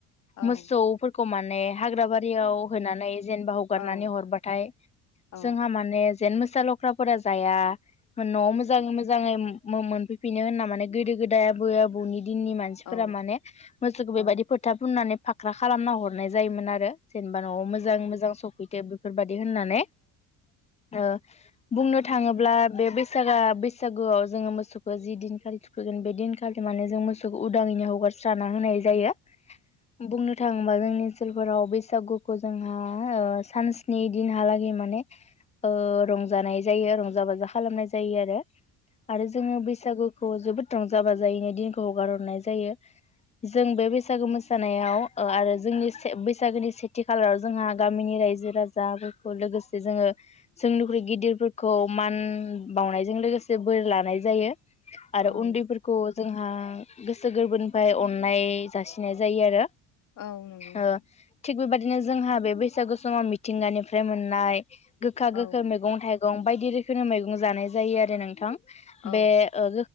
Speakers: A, on the left; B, on the left.
A: औ
B: मोसौफोरखौ माने हाग्रा बारियाव होनानै जेनेबा हगारनानै
A: औ
B: हरबाथाय
A: औ
B: जोंहा माने जेन मोसा लख्राफोरा जाया। न'आव मोजांयै मोजां मोजांङै मो-मोनफैफिनो होनना माने गोदो गोदाय आबै आबौनि दिननि मानसिफोरा
A: औ
B: माने मोसौखौ बेबायदि
A: औ
B: फोथा फुननानै फाख्रा खालामना हरनाय जायोमोन आरो। जेनेबा न'आव मोजां मोजां सफैथो बेफोरबायदि होननानै ओ बुंनो थांङोब्ला बे बेसे सागा बैसागोआव जोंङो मोसौखौ जि दिनखालि थुखैगोन बे दिनखालि माने जों मोसौखौ उदांङैनो हगारस्राना होनाय जायो बुंनो थाङोबा जोंनि ओनसोलफोराव बैसागुखौ जोंहा ओ सानस्नि दिनहालागै माने ओ रंजानाय जायो रंजा बाजा खालामनाय जायो आरो। आरो जोङो बैसागु खौ जोबोद रंजा बाजायैनो दिनखौ हगारहरनाय जायो। जों बे बैसागु मोसा नायाव ओ आरो जोंनि बैसागोनि सेथि खालाराव जोंहा गामिनि रायजो राजाफोरखौ लोगोसे जोङो जोंनिख्रुइ गिदिरफोरखौ मान बावनायजों लोगोसे बोर लानाय जायो। आरो
A: औ
B: उन्दैफोरखौ। जोंहा गोसो गोरबोनिफ्राय अननाय जासिनाय जायो आरो
A: औ नंगौ नोंथां
B: ओ थिख बेबायदिनो जोंहा बे बैसागु समाव मि थिंगानिफ्राय मोननाय गोखा गो
A: औ
B: फोर मैगं थाइं मैगं बायदि रोखोमनि मैगं जानाय जायो आरो नोंथां
A: औ
B: बे ओ